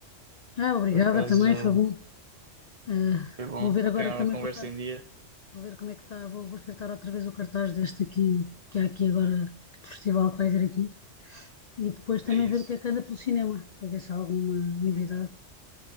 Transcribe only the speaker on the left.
Ah, obrigada
também, foi bom. Ah,
vou ver agora
também
voltar,
vou ver como é que está, vou, vou espreitar outra vez o cartaz deste aqui, que há aqui agora, este festival que vai haver aqui, e depois também
ver o que é que anda pelo cinema, para ver se há alguma novidade.